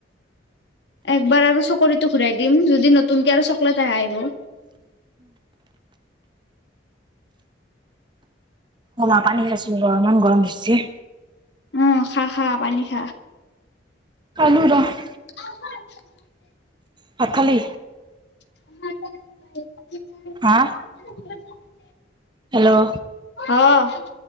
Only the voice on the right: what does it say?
অ', পানী খাইছো ৰ ইমান গৰম উঠশি।
খাইলো ৰহ।
ভাত খালি
হা হেল্ল'